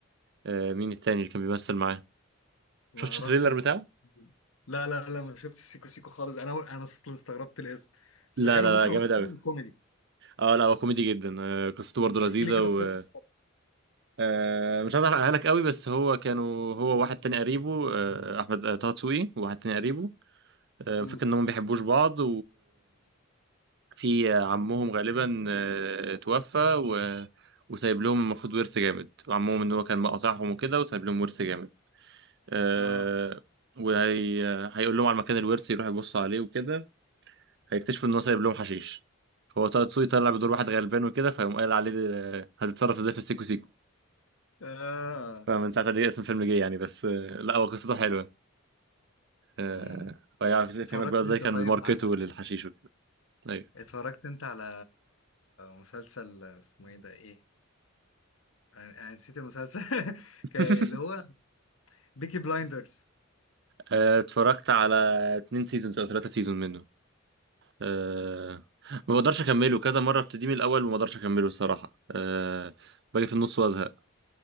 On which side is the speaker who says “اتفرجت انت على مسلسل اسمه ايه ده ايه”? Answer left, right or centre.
Left